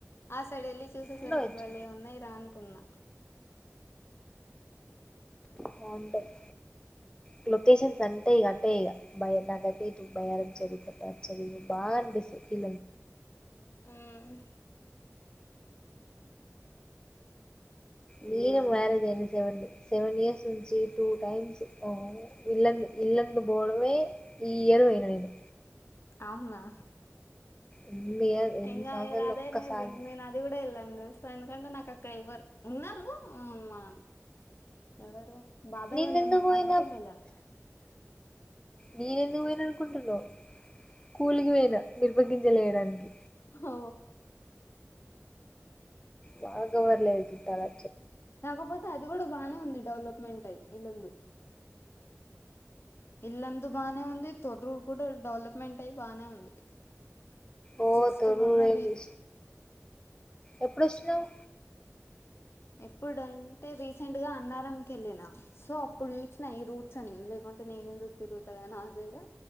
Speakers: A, on the left (about 50°); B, on the left (about 15°).
A: ఆ సైడ్ వెళ్ళి చూసేసరికి
B: ఉండవచ్చు
A: బలే ఉన్నాయి రా అనుకున్నా
B: బావుంటది అ లొకేషన్స్ అంటే ఇక అట్టే ఇ భయలా బయారం చరువ్ చ్చది బాంపిస్తది
A: మ్మ్ వెళ్ళాలి
B: నను మరేజ్ అయినా సేవండి సెవెన్ ఇయర్స్ నుంచి టూ టైమ్స్ ఇల్ల ఇల్లందు పోవడమే ఈ ఇయర్ బోయన నేను
A: అవునా
B: ఎన్ని ఇయర్ ఎన్ని
A: ఇంగా
B: సంవత్సరాలు
A: ఇయరు అదేనే
B: ఒక్కసారి
A: ఇల్న మీరు నేన్ అది కూడా ఎళ్లను తెల్సా సో ఎందుకంటే నాకు అక్కడ ఎవ్వరు ఉన్నారు మా ఎవరు బాబాయ్
B: నీను
A: వాళ్ళు
B: ఎందు
A: ఉన్నారు
B: పోయినా
A: కాకపోతే వెళ్ళాను
B: నేనెందుకు పోయినా కండను కూలికి పోయిన మిరప గింజలెయ్యడానికి
A: ఓ
B: వాళగవర్లే ఇదిట్టాళా
A: కాకపోతే అది కు ఇప్పుడు బాగానే ఉంది డెవలప్మెంట్ అయి ఇల్లుంలు ఇల్లందు బాగానే ఉంది తోట కూడా డెవలప్మెంట్ అయి బాగానే ఉంది
B: ఓ
A: జస్ట్
B: జరుర
A: మొన్న
B: అంది
A: రీ
B: ఎప్పుడుష్ణవు
A: ఎప్పుడుంటే రీసెంట్ గా అన్నారంకి వెళ్ళిన సో అప్పుడు న ఈ రూట్స్ అని లేకుంటే నేనెందుకు తిరుగుతా గా నాక్ బే